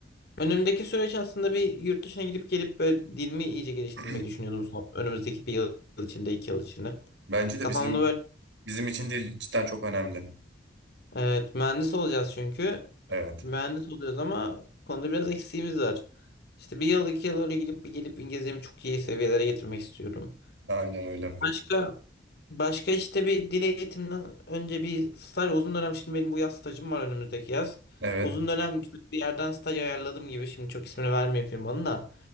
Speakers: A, on the left; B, on the right.
A: Önümdeki süreç aslında bir yurt dışına gidip gelip böyle dilimi iyice geliştirmeyi
B: <clears throat>
A: düşünüyordum son. Önümüzdeki bir yıl içinde, iki yıl içinde.
B: Bence de
A: Kafamda
B: bizim
A: böyle.
B: bizim için değil cidden çok önemli.
A: Evet, mühendis olacağız çünkü.
B: Evet.
A: Mühendis olacağız ama bu konuda biraz eksiğimiz var. İşte bir yıl, iki yıl öyle gidip bir gelip İngilizcemi çok iyi seviyelere getirmek istiyorum.
B: Aynen öyle.
A: Başka başka işte bir dil eğitiminden önce bir staj uzun dönem şimdi benim bu yaz stajım var önümüzdeki yaz.
B: Evet.
A: Uzun dönem güzel bir yerden staj ayarladım gibi şimdi çok ismini vermeyeyim firmanın da.